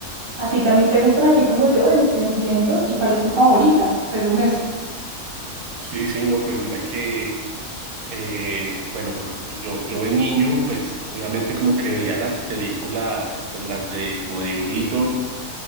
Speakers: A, on the right; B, on the right.
A: ¿A ti también te gustan así como yo? En- Entiendo. ¿Y cuál es tu favorita, según eso?
B: Sí, sí, no, pues mira que, eh, bueno, yo, yo de niño, pues obviamente como que veía las películas, pues las de como dibujitos